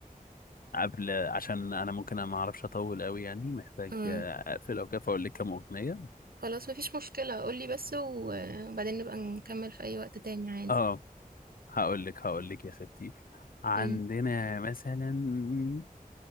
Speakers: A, on the left; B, on the right.
A: قبل عشان انا ممكن انا ما اعرفش اطول قوي يعني محتاج
B: اه
A: آه، اقفل او كده فاقول لك كام اغنيه
B: خلاص مفيش مشكلة قولي بس و- وبعدين نبقى نكمل في أي وقت تاني عادي
A: اه هقول لك هقول لك يا ستي عندنا
B: مم.
A: مثلا